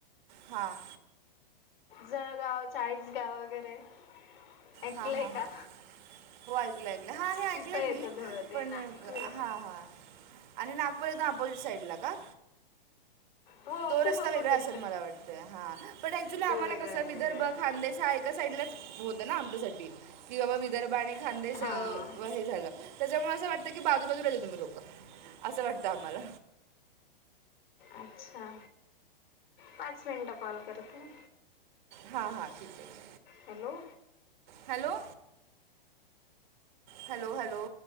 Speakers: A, on the right; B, on the left.
A: हां.
B: जळगाव, चाळीस गाव वगैरे ऐकलंय
A: हां हां हां
B: का?
A: हां हो ऐकलं ऐकलं हा हे
B: तिथं
A: ऐकलं
B: येतं
A: मी
B: धुळं ते
A: पण
B: नागपूर
A: नेमकं हा हा. आणि नागपूर एकदम अपोजिट साईड ला का?
B: हो
A: तो
B: खूप
A: रस्ता
B: अपोजिट
A: वेगळा असेल मला वाटतय हा पण ऍक्च्युली आम्हाला
B: तो वेगळा
A: कस
B: आहे
A: विदर्भ
B: वेगळा आहे
A: खानदेश एका साईडलाच होतं ना आमच्यासाठी कि बाबा विदर्भ आणि खानदेश
B: हां
A: अं हे झालं. त्याच्यामुळे असं वाटतं की बाजू बाजूला तुम्ही लोक असं वाटतं आम्हाला.
B: अच्छा, पाच मिनिटं कॉल करते.
A: हा हा ठीक आहे.
B: हॅलो.
A: हॅलो. Hello, hello.